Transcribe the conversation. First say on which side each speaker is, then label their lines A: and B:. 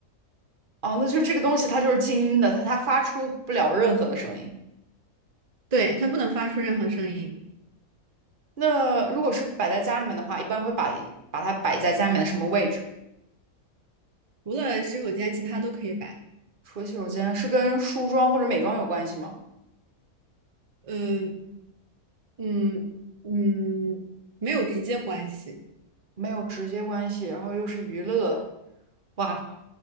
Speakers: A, on the right; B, on the right.
A: 哦，那就这个东西它就是静音的，它它发出不了任何的声音。
B: 对，它不能发出任何声音，
A: 那如果是摆在家里面的话，一般会把把它摆在家里面的什么位置？
B: 除了洗手间，其他都可以摆，
A: 除了洗手间，是跟梳妆或者美妆有关系吗？
B: 呃，嗯嗯，没有直接关系。
A: 没有直接关系，然后又是娱乐，哇，